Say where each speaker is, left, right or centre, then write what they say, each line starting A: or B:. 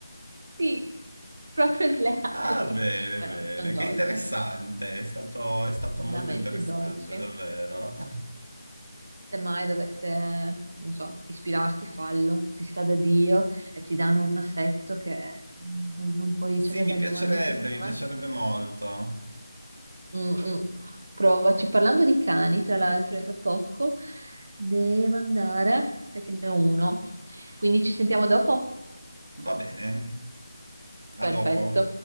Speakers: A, on the right; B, on the right.
A: sì, proprio sleali,
B: Ah, bene,
A: però
B: bene,
A: sono dolci,
B: che interessante, è stato, è stato
A: veramente
B: molto interessante,
A: dolci.
B: davvero.
A: se mai dovesse, non so, ispirarti, fallo, si sa da Dio e ti danno un affetto che non, non puoi
B: Sì,
A: ricevere
B: mi
A: dagli
B: piacerebbe,
A: umani, secondo
B: mi piacerebbe
A: me.
B: molto.
A: Mm, mm. Provaci. Parlando di cani, tra l'altro, è tra poco, devo andare perché ne ho uno. Quindi ci sentiamo dopo?
B: Va bene,
A: Perfetto.
B: a dopo.